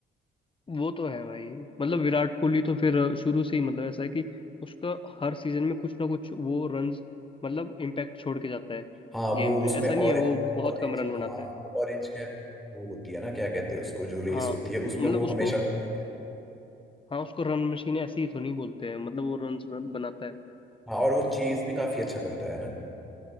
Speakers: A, on the left; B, in the centre.
A: वो तो है भाई मतलब विराट कोहली तो फिर शुरू से ही मतलब ऐसा है कि उसका हर सीजन में कुछ ना कुछ वो रन मतलब इम्पैक्ट छोड़ के जाता है
B: हाँ
A: गेम
B: वो
A: पे
B: उसमें
A: ऐसा
B: और
A: नहीं है वो बहुत
B: ऑरेंज
A: कम रन बनाता
B: हाँ
A: है
B: ऑरेंज कैप की वो होती है ना क्या कहते हैं उसको जो रेस
A: हाँ
B: होती है
A: मतलब
B: उसमें वो
A: उसको
B: हमेशा होता ही है
A: हाँ उसको रन मशीन ऐसे ही तो नहीं बोलते हैं मतलब वो रन बनाता है
B: हाँ और वो चेज भी काफी अच्छा करता है ना